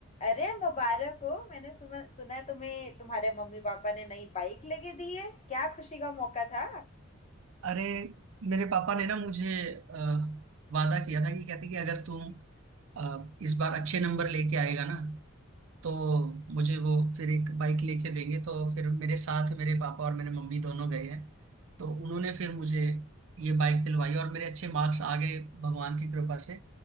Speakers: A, on the left; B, on the right.
A: अरे मुबारक हो मैंने सुना सुना है तुम्हें तुम्हारे मम्मी पापा ने नई बाइक लेके दी है क्या खुशी का मौका था
B: अरे मेरे पापा ने ना मुझे अ, वादा किया था कि कहते कि अगर तुम अ, इस बार अच्छे नंबर लेके आएगा ना तो मुझे वो फिर एक बाइक लेके देंगे तो फिर मेरे साथ मेरे पापा और मेरे मम्मी दोनों गए हैं तो उन्होंने फिर मुझे ये बाइक दिलवाई और मेरे अच्छे मार्क्स आ गए भगवान की कृपा से